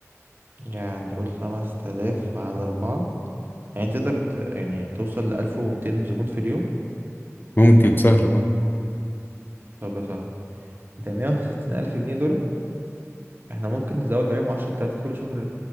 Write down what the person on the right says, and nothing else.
يعني قول 5000 على أربعة يعني تقدر ت- يعني توصل لألف ومتين زبون في اليوم
طب يا صاحبي انت مية وستين ألف جنيه دول احنا ممكن نزود عليهم عشرة آلاف كل شهر